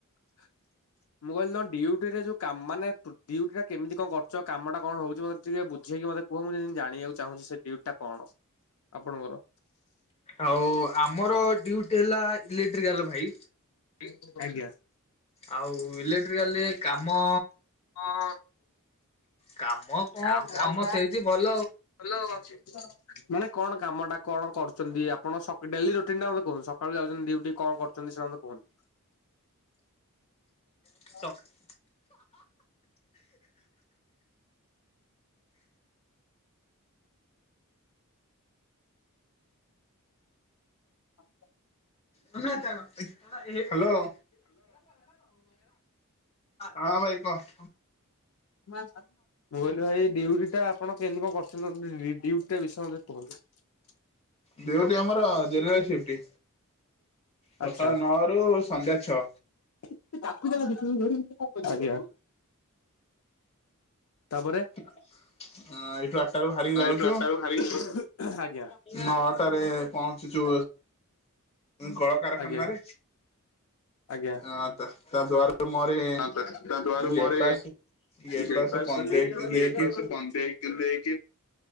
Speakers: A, on the left; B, on the left.
A: <inaudible> ମୁଁ କହିଲି ତମ ଡିଉଟି ରେ ଯୋଉ କା ମାନେ ଡିଉଟି କେମିତି କଣ କରୁଚ, କାମ ଟା କଣ ହଉଚି ମତେ ଟିକେ ବୁଝେଇକି ମତେ କୁହ ମୁଁ ଯେମିତି ଜାଣିବାକୁ ଚାହୁଁଛି ସେ ଡ୍ୟୁଟି ଟା କଣ ଆପଣଙ୍କର?
B: ଆଉ ଆମର ଡ୍ୟୁଟିବହେଲା ଇଲେକ୍ଟ୍ରିକାଲ ଭାଇ।
A: <unintelligible> ଆଜ୍ଞା।
B: ଆଉ ଇଲେକ୍ଟ୍ରିକାଲ ରେ କାମ
A: ହଁ।
B: କାମ
A: କାମ କଣ
B: ସେମିତି ଭଲ
A: ଭଲ ଅଛି। <unintelligible> ମାନେ କଣ କାମ ଟା କଣ କରୁଛନ୍ତି, ଆପଣ ଡେଲି ରୁଟିନ ଟା ମତେ କୁହନ୍ତୁ ସକାଳୁ ଯାଉଛନ୍ତି ଡିଉଟି କଣ କରୁଛନ୍ତି? ଛନ୍ତି ସେଟା ମତେ କୁହନ୍ତୁ? <unintelligible>
B: Hello
A: <unintelligible>
B: hello. ହଁ ଭାଇ କହ?
A: ମୁଁ କହିଲି ଭାଇ ଡ୍ୟୁଟି ଟା ଆପଣ କେମତି କଣ କରୁଛନ୍ତି? ଡ୍ୟୁଟି ଟା ବିଷୟରେ। <unintelligible>
B: ଡ୍ୟୁଟି ଆମର ଜେନେରାଲ ସିପ୍ଟୀ। ସକାଳ
A: ଆଚ୍ଛା
B: ନଅରୁୁ ସନ୍ଧ୍ୟା ଛଅ।
A: <unintelligible> ଆଜ୍ଞା। ତାପରେ
B: ଅ ଏଇଠୁ ଆଠଟାରୁୁ ବାହାରିକି
A: ହଁ
B: ଯାଉଚୁ
A: ଏଇଠୁ ଆଠଟା ବେଳକୁ ବାହାରିକି ଆଜ୍ଞା
B: ନଅଟାରେ ପହଞ୍ଚୁଚୁ କଳକାରଖାନାରେ।
A: ଆଜ୍ଞା ଆଜ୍ଞା।
B: ଆ ତା ଦ୍ୱାର ମୁହଁ ରେ
A: ତା ଦ୍ଵାରା
B: ଗେଟପାସ
A: ମୋର
B: ଗେଟପାସ।
A: ବ୍ରେକଫାଷ୍ଟ
B: <unintelligible>
A: ବ୍ରେକଫାଷ୍ଟ
B: ଦେଇକି
A: ଦେଇକି